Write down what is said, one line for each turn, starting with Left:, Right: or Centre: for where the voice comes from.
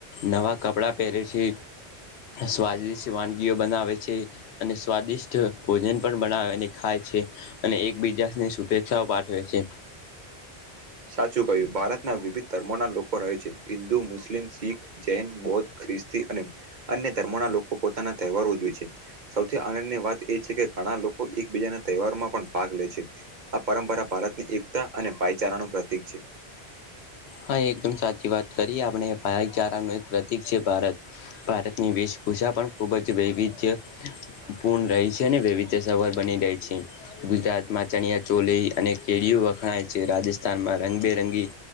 Left: નવા કપડા પહેરે છે સ્વાદિ્ટ વાનગીઓ બનાવે છે અને સ્વાદિષ્ટ ભોજન પણ બનાવે અને ખાય છે છે અને એકબીજાની શુભેચ્છાઓ પાઠવે છે
Right: <unintelligible> સાચું કહ્યું ભારતના વિવિધ ધર્મો ના લોકો રહે છે હિન્દુ મુસ્લિમ શીખ જૈન બૌદ્ધ ખ્રિસ્તી અને અન્ય ધર્મોના લોકો પોતાના તહેવારો જોઈ છે સૌથી આનંદની વાત એ છે કે ઘણા લોકો એકબીજા ના તહેવારો માં પણ ભાગ લે છે આ પરંપરા ભારત ની એકતા અને ભ વિચારણનું પ્રતીિક છે
Left: હા એકદમ સાચી વાત કરીએ આપણે ભચારાનું એક પ્રતિક છે ભારત, ભારતની વિશ ગુષા પણ ખૂબ જ વૈવિધ્ય, પૂર્ણ રહે છે અને વૈવિધ્ય સવર બની રહે છે. ગુજરાત માં ચણિયા ચોલી અને કેળિયું વખણાય છે રાજસ્થાન માં રંગબેરંગી